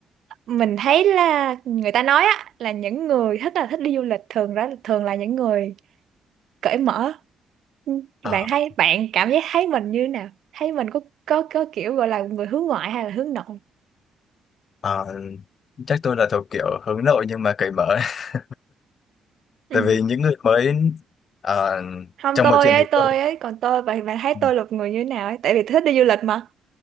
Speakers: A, on the right (about 70°); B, on the left (about 55°).
A: mình thấy là người ta nói á là những người thích là thích đi du lịch thường đó thường là những người cởi mở Ừ,
B: Ờ,
A: bạn thấy bạn cảm giác thấy mình như nào thấy mình có có có kiểu gọi là người hướng ngoại hay là hướng nội
B: ờ, chắc tôi là thuộc kiểu hướng nội nhưng mà cởi mở <laughs>
A: Ừ.
B: tại vì những người mới ờ,
A: không
B: trong
A: tôi
B: mọi chuyện
A: ấy
B: thì
A: tôi
B: tôi
A: ấy còn tôi bạn bạn thấy
B: Ừ.
A: tôi là người như thế nào ấy tại vì thích đi du lịch mà